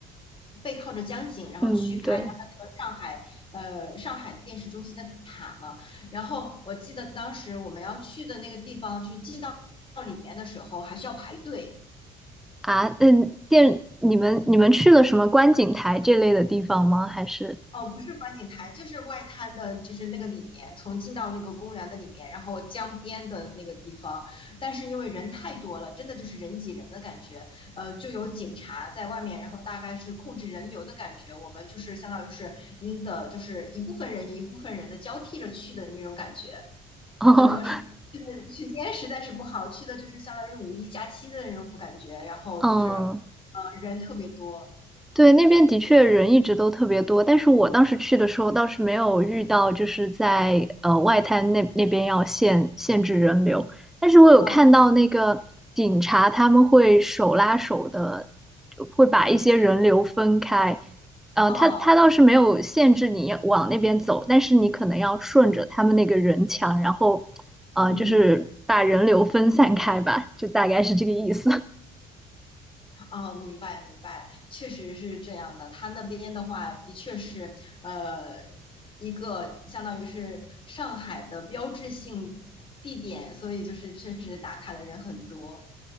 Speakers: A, on the left; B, in the centre.
A: 背靠着江景，然后去拍它那个上海呃上海电视中心的塔嘛。
B: 嗯，对
A: 然后我记得当时我们要去的那个地方，就是进到。到里面的时候还需要排队，
B: 啊，那店你们你们去了什么观景台这类的地方吗？还是
A: 哦，不是观景台，就是外滩的，就是那个里面，从进到那个公园的里面，然后江边的那个地方。但是因为人太多了，真的就是人挤人的感觉，呃，就有警察在外面，然后大概是控制人流的感觉。我们就是相当于是嗯的，就是一部分人一部分人的交替着去的那种感觉，
B: <laughs> 哦，
A: 可能是。去的时间实在是不好，去的就是相当于是五一假期的那种感觉，然后就是，
B: 嗯，
A: 呃，人特别多，
B: 对，那边的确人一直都特别多，但是我当时去的时候倒是没有遇到，就是在呃外滩那那边要限限制人流，但是我有看到那个警察他们会手拉手的，
A: 哦
B: 会把一些人流分开，呃，
A: 哦，
B: 他他倒是没有限制你往那边走，但是你可能要顺着他们那个人墙，然后呃就是把人流分散开吧，
A: 嗯嗯。
B: 就大概是这个意思。
A: 哦，明白明白，确实是这样的。他那边的话，的确是呃一个相当于是上海的标志性地点，所以就是确实打卡的人很多。